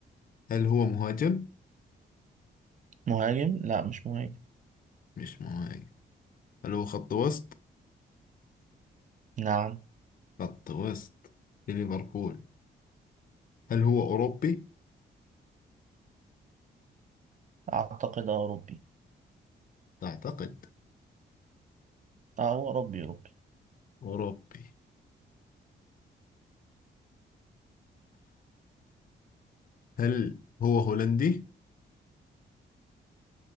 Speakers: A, on the left; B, on the right.
A: هل هو مهاجم؟
B: مهاجم لا مش مهاجم
A: مش مهاجم هل هو خط وسط؟
B: نعم
A: خط وسط في ليفربول هل هو أوروبي؟
B: أعتقد أوروبي
A: أعتقد
B: أه هو أوروبي أوروبي
A: أوروبي هل هو هولندي؟